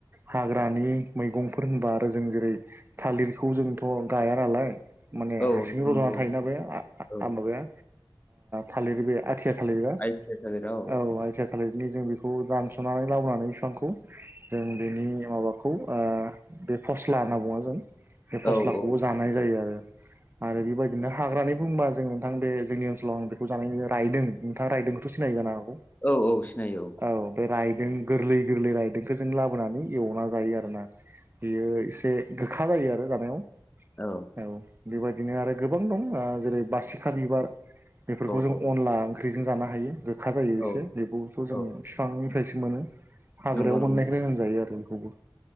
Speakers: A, on the right; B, on the left.
A: हाग्रानि मैगंफोर होनबा आरो जों जेरै थालिरखौ जोंथ' गाया नालाय माने
B: औ
A: हारसिंङै
B: नंगौ
A: रज'ना
B: नंगौ
A: थायोना बे
B: औ
A: माबाया थालिर बे आथिया थालिरबा
B: आइ टि आइ थादेरा
A: औ आथिया थालिरनि जों बेखौ दानस'नानै लाबोनानै बिफांखौ जों बेनि माबाखौ ओ बे फस्ला होनना बुङो जों बे फस्लाखौबो
B: औ औ
A: जानाय जायो आरो आरो बेबायदि बिदिनो हाग्रानि बुंबा जों नोंथां बे जोंनि ओनसोलाव आं बेखौ जानाय नुयो रायदों नोंथाङा रायदोंखौथ' सिनायो जानो हागौ।
B: औ औ सिनायो औ
A: औ बे रायदों गोरलै गोरलै रायदोंखौ जों लाबोनानै एवना जायो आरो ना बेयो एसे गोखा जायो आरो जानायाव
B: औ
A: औ बेबायदिनो आरो गोबां दं ओ जेरै बासिखा बिबार बेफोरखौ जों
B: औ
A: अनला ओंख्रि ओंख्रिजों जानो हायो गोखा जायो एसे
B: औ
A: बेखौबोथ'
B: औ
A: जोंङो फिफांनिफ्रायसो मोनो। हाग्रायाव
B: नंगौ नंगौ
A: मोननायखौनो होनजायो आरो बेखौबो